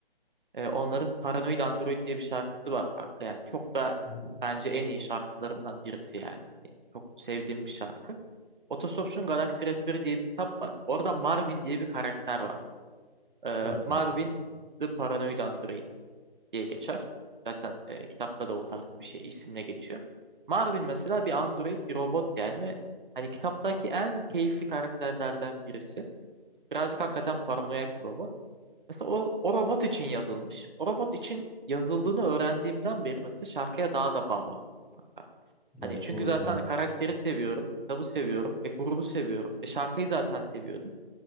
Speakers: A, on the right (about 55°); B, in the centre.
A: E, onların Paranoid Android diye bir şarkısı var kanka. Yani çok da
B: Hı hı.
A: bence en iyi şarkılarından birisi yani. Hani çok sevdiğim bir şarkı. Otostopçunun Galaksi Rehberi diye bir kitap var. Orada Marvin diye bir karakter var. E,
B: Evet
A: Marvin
B: kanka.
A: The Paranoid Android diye geçer. Zaten e, kitapta da o tarz bir şey isimle geçiyor. Marvin mesela bir android, bir robot yani ve hani kitaptaki en keyifli karakterlerden birisi. Birazcık hakikaten paranoyak bir robot. Mesela o, o robot için yazılmış. O robot için yazıldığını öğrendiğimden beri mesela şarkıya daha da bağlandım. hatta.
B: Ya
A: Hani çünkü
B: doğru
A: zaten
B: evet.
A: karakteri seviyorum, kitabı seviyorum, e, grubu seviyorum, e, şarkıyı zaten seviyordum.